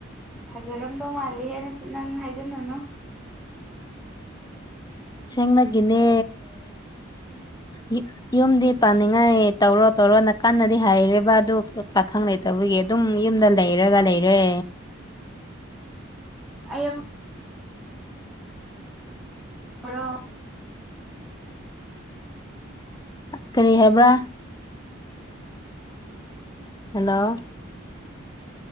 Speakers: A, in the centre; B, on the left (about 20°).
A: ꯐꯖꯔꯝꯗꯧ ꯃꯥꯜꯂꯤꯍꯦ ꯅꯆꯤ ꯅꯪ ꯍꯥꯏꯖꯤꯟꯅꯅꯨ
B: ꯁꯦꯡꯅꯒꯤꯅꯦ ꯌꯨ ꯌꯨꯝꯗꯤ ꯄꯥꯅꯤꯡꯉꯥꯏ ꯇꯧꯔꯣ ꯇꯧꯔꯣꯅ ꯀꯟꯅ ꯗꯤ ꯍꯥꯏꯔꯦꯕ ꯑꯗꯨ ꯄꯥꯈꯪ ꯂꯩꯇꯕꯒꯤ ꯑꯗꯨꯝ ꯌꯨꯝꯗ ꯂꯩꯔꯒ ꯂꯩꯔꯦ
A: ꯑꯩꯌꯝ ꯃꯔꯣ
B: ꯀꯔꯤ ꯍꯥꯏꯕ꯭ꯔꯥ ꯍꯜꯂꯣ